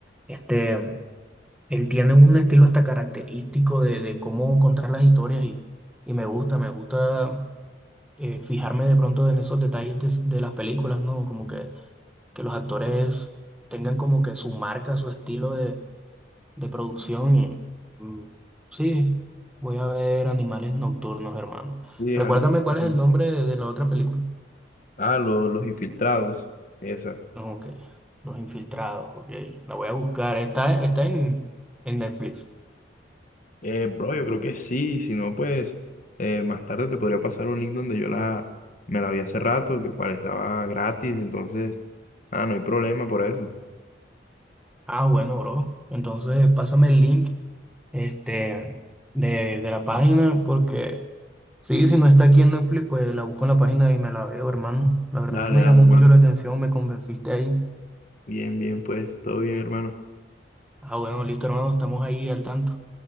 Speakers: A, in the centre; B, on the left.
A: Este, él tiene un estilo hasta característico de, de cómo contar las historias y, y me gusta, me gusta eh, fijarme de pronto en esos detalles de, de las películas, ¿no? Como que, que los actores tengan como que su marca, su estilo de, de producción y mm, sí, voy a ver Animales Nocturnos, hermano.
B: Sí,
A: Recuérdame
B: es algo interesante.
A: cuál es el nombre de, de la otra película.
B: Ah, lo- los infiltrados, esa.
A: Ok, Los Infiltrados, ok, la voy a buscar, está, está en, en Netflix.
B: Eh, bro, yo creo que sí, si no, pues eh, más tarde te podría pasar un link donde yo la, me la vi hace rato, que cual estaba gratis, entonces, ah, no hay problema por eso.
A: Ah, bueno, bro. Entonces, pásame el link, este, de, de la página, porque sí, si no está aquí en Netflix, pues la busco en la página y me la veo, hermano. La verdad
B: Dale,
A: es que me
B: dale,
A: llamó
B: hermano.
A: mucho la atención, me convenciste ahí.
B: Bien, bien, pues, todo bien, hermano.
A: Ah, bueno, listo, hermano, estamos ahí al tanto.